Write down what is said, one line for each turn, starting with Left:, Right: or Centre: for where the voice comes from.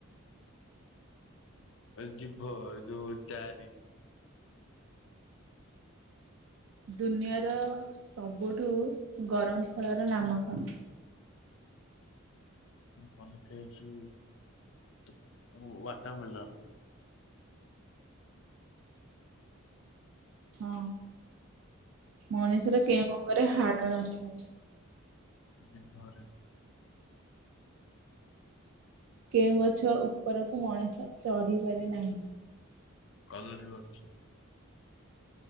Left: ଜିଭ ଯୋଉ ଚାରି।
Right: ଦୁନିଆର ସବୁଠୁ ଗରମ ଫଳର ନାମ କଣ?
Left: କଣ ଲେଖା ହେଇଚି ୱାଟରମିଲନ୍।
Right: ହଁ ମଣିଷର କେଉଁ ଅଙ୍ଗରେ ହାଡ ନଥାଏ?
Left: ଜିଭରେ।
Right: କେଉଁ ଗଛ ଉପରକୁ ମଣିଷ ଚଢି ପାରେ ନାହିଁ?
Left: କଦଳୀ ଗଛ।